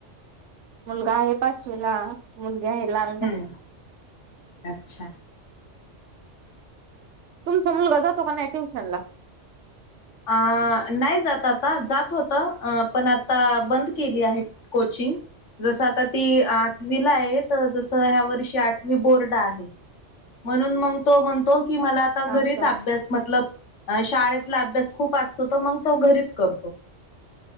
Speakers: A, on the right; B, on the left.
A: मुलगा आहे पाचवीला मुलगी आहे ला
B: हम्म अच्छा.
A: तुमचा मुलगा जातो का नाय ट्यूशनला?
B: अ नाई जात आता जात होता, अ पण आता बंद केली आहे. कोचिंग जस आता ती आ वीला आहे तर जसं ह्या वर्षी आठवी बोर्ड आहे. म्हणून मग तो म्हणतो की मला आ ता
A: असं
B: घरीच अभ्यास मतलब अ शाळेतला अभ्यास खूप असतो तर मग तो घरीच करतो.